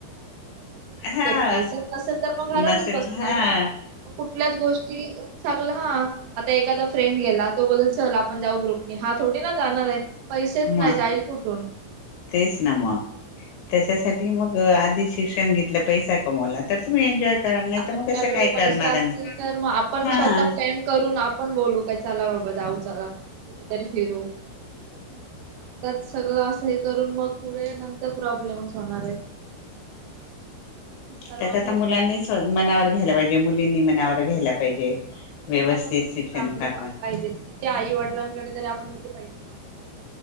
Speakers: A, on the left; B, on the right.
A: हा
B: पैसेच नसेल तर मग घरातच
A: नसेल
B: बसताय
A: हा
B: ना मग कुठल्याच गोष्टी सांगल हा आता एखादा फ्रेंड गेला तो बोलेल चल आपण जाऊ ग्रुपने हा थोडी ना जाणार आहे पैसेच नाही
A: मग
B: जाईल कुठून
A: तेच ना मग त्याच्यासाठी तर मग आधी शिक्षण घेतलं पैसा कमवला तर तुम्ही एन्जॉय कराल नाही
B: आपल्याकडे
A: तर मग कसं काय
B: पैसे
A: करणार
B: असतील
A: आहे
B: तर मग आपण
A: हा
B: स्वतः प्लॅन करून आपण बोलू का चला बाबा जाऊ च कुठेतरी फिरू आत्ताच सगळ असं हे करून मग पुढे नंतर प्रॉब्लेमच होणार आहे सर्वांनी
A: त्याकरता मुलांनी
B: शिक
A: मनावर घ्यायला पाहिजे मुलींनी मनावर घ्यायला पाहिजे
B: हा मुलींना
A: व्यवस्थित
B: पण
A: शिक्षण
B: चांगलं
A: कर
B: पाहिजे किती आई वडिलांकडे तरी आपण किती पैसे समाज